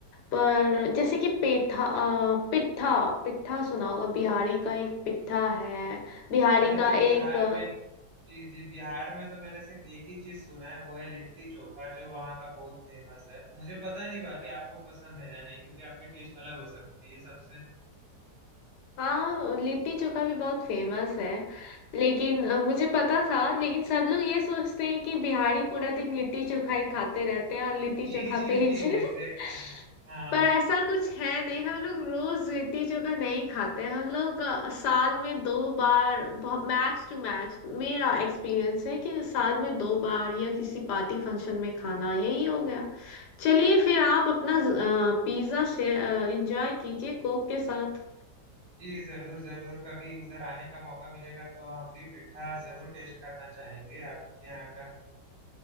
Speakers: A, on the left; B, on the right.
A: पर जैसे कि पेठा अ, पिट्ठा पिट्ठा सुना होगा बिहारी का एक पिट्ठा है बिहारी
B: मैंने
A: का
B: तो बिहार
A: एक
B: में जी जी बिहार में तो मैंने सिर्फ एक ही चीज सुना है वो है लिट्टी चोखा जो वहाँ का बहुत फेमस है मुझे पता नहीं बाकी आपको पसंद है या नहीं क्योंकि आपकी टेस्ट अलग हो सकती है सबसे <laughs>
A: हाँ लिट्टी चोखा भी बहुत फेमस है लेकिन अ, मुझे पता था लेकिन सब लोग ये सोचते हैं कि बिहारी पूरा दिन लिट्टी चोखा ही खाते रहते हैं और लिट्टी
B: जी
A: चोखा
B: जी
A: पे ही
B: जी
A: जी-
B: एग्जैक्टली
A: <laughs>
B: हाँ
A: पर ऐसा कुछ है नहीं हम लोग रोज लिट्टी चोखा नहीं खाते हैं। हम लोग अ, साल में दो बार मैक्स टू मैक्स मेरा एक्सपीरियंस है कि साल में दो बार या किसी पार्टी फंक्शन में खाना यही हो गया चलिए फिर आप अपना पिज्ज़ा शेयर इंजॉय कीजिए कोक के साथ
B: जी जरूर जरूर कभी उधर आने का मौका मिलेगा तो हम भी पिट्ठा जरूर टेस्ट करना चाहेंगे आपके यहाँ का